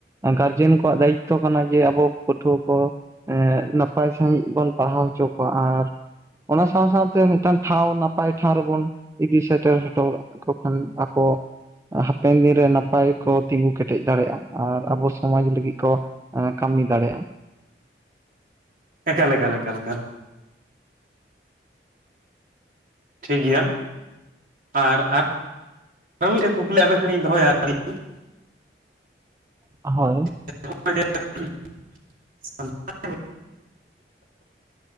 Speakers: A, on the right (about 15°); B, on the right (about 50°).
A: ᱮᱸ ᱜᱟᱨᱡᱮᱱ ᱠᱚᱣᱟᱜ ᱫᱟᱭᱤᱛᱛᱚ ᱠᱟᱱᱟ ᱡᱮ ᱟᱵᱚ ᱯᱟᱹᱴᱷᱩᱣᱟᱹ ᱠᱚ ᱮᱸ ᱱᱟᱯᱟᱭ ᱥᱟᱺᱦᱤᱡ ᱵᱚᱱ ᱯᱟᱲᱦᱟᱣ ᱦᱚᱪᱚ ᱠᱚᱣᱟ ᱟᱨ ᱚᱱᱟ ᱥᱟᱶ ᱥᱟᱶᱛᱮ ᱢᱤᱫᱴᱟᱝ ᱴᱷᱟᱶ ᱱᱟᱯᱟᱭ ᱴᱷᱟᱶ ᱨᱮᱵᱚᱱ ᱤᱫᱤ ᱥᱮᱴᱮᱨ ᱦᱚᱴᱚ ᱠᱚ ᱠᱷᱟᱱ ᱟᱠᱚ ᱦᱟᱯᱮᱱ ᱫᱤᱱ ᱨᱮ ᱱᱟᱯᱟᱭ ᱠᱚ ᱛᱤᱸᱜᱩ ᱠᱮᱴᱮᱡ ᱫᱟᱲᱮᱭᱟᱜᱼᱟ ᱟᱨ ᱟᱵᱚ ᱥᱚᱢᱟᱡ ᱞᱟᱹᱜᱤᱫ ᱠᱚ ᱮᱸ ᱠᱟᱹᱢᱤ ᱫᱟᱲᱮᱭᱟᱜᱼᱟ ᱾
B: ᱮᱠᱟᱞ ᱮᱠᱟᱞ ᱮᱠᱟᱞ ᱮᱠᱟᱞ᱾ ᱴᱷᱤᱠ ᱜᱮᱭᱟ᱾ ᱟᱨ ᱟᱨ ᱟᱨ ᱢᱤᱫᱴᱮᱱ ᱠᱩᱠᱞᱤ ᱟᱵᱮᱱ ᱴᱷᱮᱱᱤᱧ ᱫᱚᱦᱚᱭᱟ ᱟᱞᱤᱧ᱾ <inaudible>
A: ᱦᱳᱭ᱾
B: <inaudible> <inaudible>